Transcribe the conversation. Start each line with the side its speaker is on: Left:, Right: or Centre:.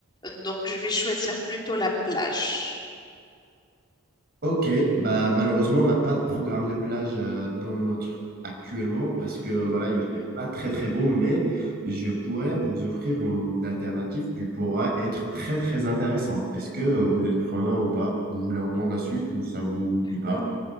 Left: donc je vais choisir plutôt la plage.
Right: Ok, bah malheureusement on n'a pas de programme de plage euh, dans notre actuellement parce que voilà
Left: Mhm.
Right: il fait pas très très beau mais je pourrais vous offrir une alternative qui pourra être très très intéressante. Est-ce que euh, vous êtes preneur ou pas? Vous voulez entendre la suite ou ça vous dit pas?
Left: Ou-